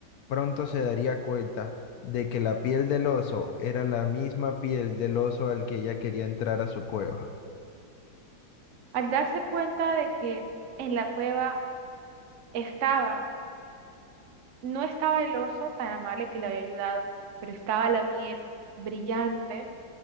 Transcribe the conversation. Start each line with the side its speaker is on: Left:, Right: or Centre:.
Left: pronto se daría cuenta de que la piel del oso era la misma piel del oso al que ella quería entrar a su cueva.
Right: Al darse cuenta de que en la cueva estaba, no estaba el oso tan amable que le había ayudado, pero estaba la miel brillante